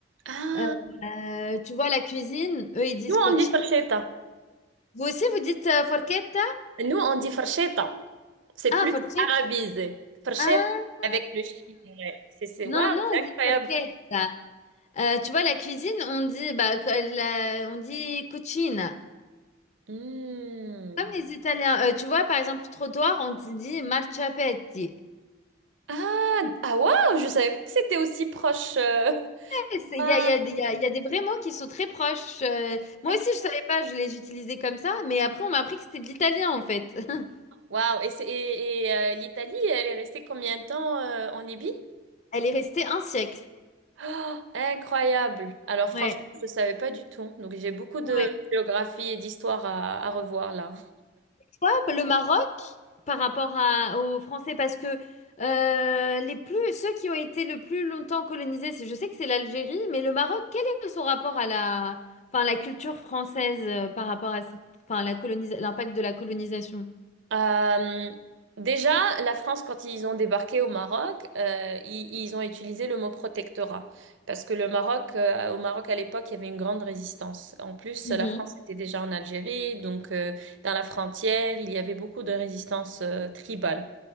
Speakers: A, on the right; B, on the left.
A: Ah,
B: Euh, euh, tu vois, la cuisine, eux ils disent
A: nous on
B: coci.
A: dit farcheta.
B: Vous aussi, vous dites euh, forchetta?
A: Nous on dit farcheta. C'est
B: Ah,
A: plus
B: forchetta.
A: arabisé. Farcheta
B: Ah,
A: avec le chi. Ouais. C'est c'est
B: non,
A: waouh,
B: non,
A: c'est
B: on dit
A: incroyable.
B: forchetta. Euh, tu vois, la cuisine, on dit, bah, que la- on dit cucina.
A: Hmm.
B: Comme les Italiens, euh, tu vois, par exemple, trottoir, on te dit marciapiedi.
A: Ah, ah waouh, je savais pas que c'était aussi proche. euh.
B: Eh, c'est-
A: Waouh,
B: Il y a, il y a des il y a- il y a des vrais mots qui sont très proches. euh, moi
A: incro-
B: aussi, je savais pas, je les utilisais comme ça, mais après, on m'a appris que c'était de l'italien, en fait. <laughs>
A: waouh. Et, c'est- et, et, euh, l'Italie, elle est restée combien de temps euh, en Libye?
B: Elle est restée un siècle.
A: Oh, incroyable. Alors franchement,
B: Ouais,
A: je ne savais pas du tout. Donc j'ai beaucoup de
B: ouais.
A: géographie et d'histoire à, à revoir là.
B: Hop, le Maroc, par rapport à- aux Français, parce que euh, les plus, ceux qui ont été le plus longtemps colonisés, c'est- je sais que c'est l'Algérie, mais le Maroc, quel est son rapport à la, enfin, la culture française euh, par rapport à cette- enfin, la colonisa- l'impact de la colonisation?
A: Euh, déjà, la France, quand ils ont débarqué au Maroc, euh, ils, ils ont utilisé le mot protectorat. Parce que le Maroc, euh, au Maroc à l'époque, il y avait une grande résistance. En plus,
B: Mhm.
A: la France était déjà en Algérie, donc euh, dans la frontière, il y avait beaucoup de résistance euh, tribale.